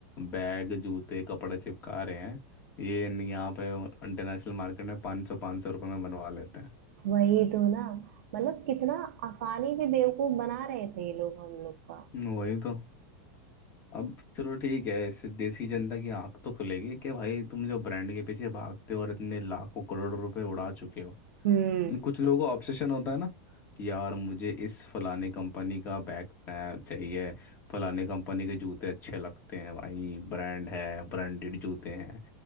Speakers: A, on the left; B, on the right.
A: बैग जूते कपड़े चिपका रहे हैं ये न- यहाँ पे इंटरनेशनल मार्केट में पाँच सौ पाँच सौ रुपये में बनवा लेते हैं
B: वही तो ना मतलब कितना आसानी से बेवकूफ बना रहे थे ये लोग हम लोग का
A: हम्म, वही तो अब चलो ठीक है इससे देसी जनता की आंख तो खुलेगी कि भाई तुम जो ब्रांड के पीछे भागते हो और इतने लाखों करोड़ों रुपए उड़ा चुके हो
B: हम्म
A: लेकिन कुछ लोगों का ऑब्सेशन होता है ना यार मुझे इस फलाने कंपनी का बैग चाहिए फलाने कंपनी के जूते अच्छे लगते हैं भाई ब्रांड है ब्रांडेड जूते हैं